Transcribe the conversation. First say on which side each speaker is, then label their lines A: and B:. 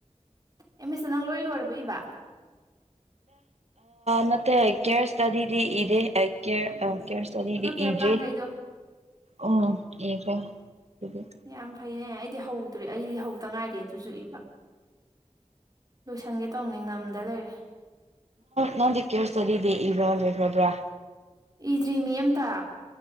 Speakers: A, on the right; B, on the right.
A: ꯑꯦꯝ ꯑꯦꯁꯇꯣ ꯅꯪ ꯂꯣꯏ ꯂꯣꯏꯔꯕ ꯏꯕ
B: ꯅꯠꯇꯦ ꯀꯦꯔ ꯁꯇꯗꯤꯗꯤ ꯏꯗ ꯀꯦ ꯀꯦꯔ ꯆꯔꯤꯗꯤ
A: ꯑꯗꯣ ꯀꯦꯌꯔ
B: ꯏꯗ꯭ꯦ
A: ꯄ꯭ꯂꯥꯟꯈꯩꯗꯣ
B: ꯎꯝ ꯌꯦꯒ ꯑꯗꯨ <inaudible>
A: ꯌꯥꯝ ꯐꯩꯅꯦ ꯑꯩꯗꯤ ꯍꯧꯗ꯭ꯔꯦ ꯑꯩꯗꯤ ꯍꯧꯗ ꯉꯥꯏꯔꯤ ꯑꯗꯨꯁꯨ ꯏꯕ ꯂꯣꯏꯁꯟꯒꯦ ꯇꯧꯕꯅꯤ ꯉꯝꯗ ꯂꯩꯔꯦ
B: ꯅꯪꯗꯤ ꯀꯦꯔꯁꯗꯗꯤꯇꯤ ꯏꯕ ꯂꯣꯏꯈ꯭ꯔꯕ꯭ꯔꯥ
A: ꯏꯗ꯭ꯔꯤ ꯃꯤ ꯑꯝꯇ